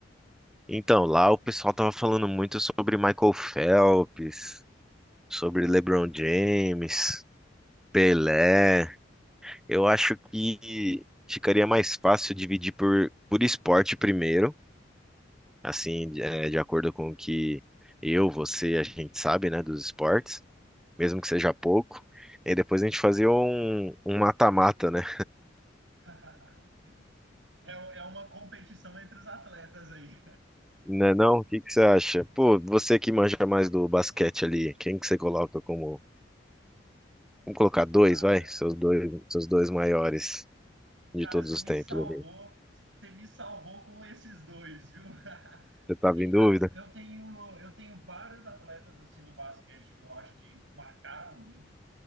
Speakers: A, in the centre; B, on the right (about 80°).
A: Então, lá o pessoal tava falando muito sobre Michael Phelps, sobre LeBron James, Pelé. Eu acho que ficaria mais fácil dividir por, por esporte primeiro, assim, de eh, de acordo com o que eu, você, a gente sabe, né, dos esportes, mesmo que seja pouco. E depois a gente fazia um um mata-mata, né?
B: <laughs> É, é uma competição entre os atletas aí.
A: Não é não? O que que você acha? Pô, você que manja mais do basquete ali, quem que você coloca como Vamos colocar dois,
B: Cara,
A: vai? Seus dois, seus dois maiores de
B: cara,
A: todos
B: você
A: os
B: me
A: tempos
B: salvou,
A: ali.
B: você me salvou com esses dois, viu? <laughs>
A: Você tava
B: Porque, cara,
A: em dúvida?
B: eu tenho, eu tenho vários atletas assim do basquete que eu acho que marcaram muito.